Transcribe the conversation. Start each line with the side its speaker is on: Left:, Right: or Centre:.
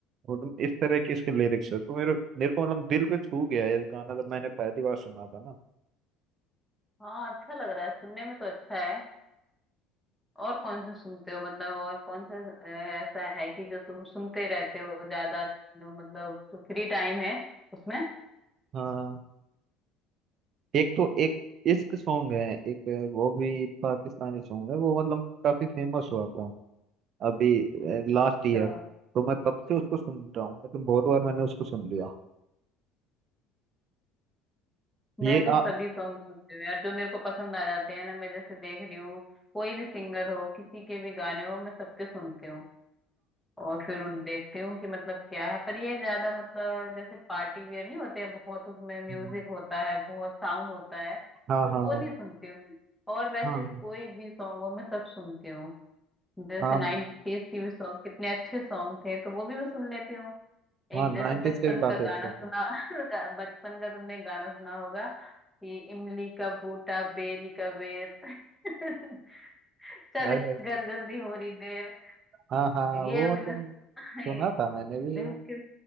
Right: मतलब इस तरह के इसके लिरिक्स है तो मेरे मेरे को मतलब दिल पे छू गया ये गाना जब मैंने पहली बार सुना था ना
Centre: हाँ अच्छा लग रहा है सुनने में तो अच्छा है और कौन से सुनते हो मतलब और कौन सा अ, ऐसा है कि जो तुम सुनते रहते हो ज्यादा मतलब जो फ्री टाइम है उसमें
Right: हाँ एक तो एक इश्क सॉन्ग है एक वो भी पाकिस्तानी सॉन्ग है वो मतलब काफी फेमस हुआ था अभी लास्ट
Centre: अच्छा
Right: ईयर तो मैं तब से उसको सुन रहा हूँ मतलब बहुत बार मैंने उसको सुन लिया
Centre: मैं
Right: ये
Centre: तो
Right: आ,
Centre: सभी सॉन्ग सुनती हूँ यार जो मेरे को पसंद आ जाते हैं ना मैं जैसे देख रही हूँ कोई भी सिंगर हो किसी के भी गाने हो मैं सबके सुनती हूँ और फिर उन- देखती हूँ कि मतलब क्या है पर ये ज्यादा मतलब जैसे पार्टी वियर नहीं होते हैं बहुत उसमें म्यूजिक
Right: हम्म,
Centre: होता है बहुत साउंड होता है
Right: हाँ
Centre: तो
Right: हाँ
Centre: वो नहीं सुनती हूँ मैं। और वैसे
Right: हाँ
Centre: कोई भी सॉन्ग हो मैं सब सुनती हूँ जैसे
Right: हाँ
Centre: नाइनटीज की भी सॉन्ग कितने अच्छे सॉन्ग थे तो वो भी मैं सुन लेती हूँ एक
Right: हाँ नाइनटीज
Centre: जैसे बचपन
Right: के भी काफी
Centre: का गाना
Right: अच्छे
Centre: सुना
Right: थे
Centre: <laughs> गा- बचपन का तुमने गाना सुना होगा कि इमली का बूटा बेरी का बेर <laughs> चल
Right: अरे
Centre: घर जल्दी हो रही देर
Right: हाँ हाँ
Centre: ये
Right: वो
Centre: अभी
Right: मतलब
Centre: मैं <laughs>
Right: सुना
Centre: ये
Right: था मैंने भी
Centre: देखो कि,